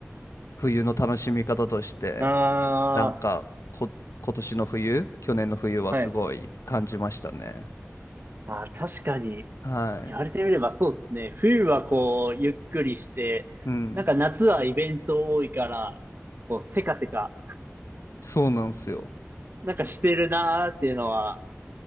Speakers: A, on the left; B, on the right.
A: 冬の楽しみ方として、
B: あ
A: なんかこ、今年の冬、去年の冬はすごい感じましたね。
B: ー、はい。あー、確かに、
A: はい。
B: 言われてみればそうですね。冬はこう、ゆっくりして、
A: うん。
B: なんか夏はイベント多いから、こう、せかせか、
A: そうなんですよ。
B: なんかしてるなーっていうのは